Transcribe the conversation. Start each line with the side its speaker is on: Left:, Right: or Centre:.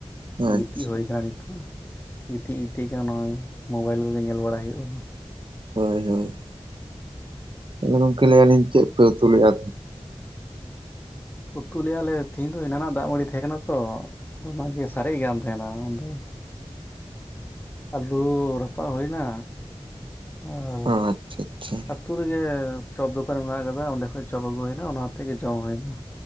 Left: ᱜᱤᱛᱤᱡ
Right: ᱟᱪᱪᱷᱟ
Left: ᱦᱩᱭ ᱠᱟᱱᱟ ᱱᱤᱛᱚᱜ᱾ ᱜᱤᱛᱤᱡ ᱜᱤᱛᱤᱡ ᱜᱮ ᱱᱚᱭ ᱢᱳᱵᱟᱭᱤᱞ ᱠᱚᱜᱮ ᱧᱮᱞ ᱵᱟᱲᱟᱭ ᱦᱩᱭᱩᱜᱼᱟ᱾
Right: ᱦᱳᱭ ᱦᱳᱭ, ᱜᱚᱝᱠᱮ ᱞᱟᱹᱭ ᱟᱹᱞᱤᱧ ᱪᱮᱫ ᱯᱮ ᱩᱛᱩ ᱞᱮᱜᱼᱟ?
Left: ᱩᱛᱩ ᱞᱮᱜᱟᱞᱮ ᱛᱤᱦᱤᱧ ᱫᱚ ᱮᱱᱟ ᱱᱟᱜ ᱫᱟᱜ ᱢᱟᱹᱰᱤ ᱛᱟᱦᱮᱸ ᱠᱟᱱᱟ ᱛᱚ, ᱟᱫᱚ ᱚᱱᱟᱜᱮ ᱥᱟᱨᱮᱡ ᱠᱟᱱ ᱛᱟᱸᱦᱮᱸᱱᱟ ᱟᱫᱚ ᱟᱹᱞᱩ ᱨᱟᱯᱟᱜ ᱦᱩᱭᱱᱟ, ᱟᱨ
Right: ᱚ ᱟᱪᱪᱷᱟ ᱟᱪᱪᱷᱟ
Left: ᱟᱛᱩ ᱨᱮᱜᱮ ᱪᱚᱯ ᱫᱚᱠᱟᱱ ᱢᱮᱱᱟᱜ ᱠᱟᱫᱟ ᱚᱸᱰᱮ ᱠᱷᱚᱡ ᱪᱚᱯ ᱟᱹᱜᱩ ᱦᱩᱭᱱᱟ ᱚᱱᱟ ᱛᱮᱜᱮ ᱡᱚᱢ ᱦᱩᱭᱱᱟ᱾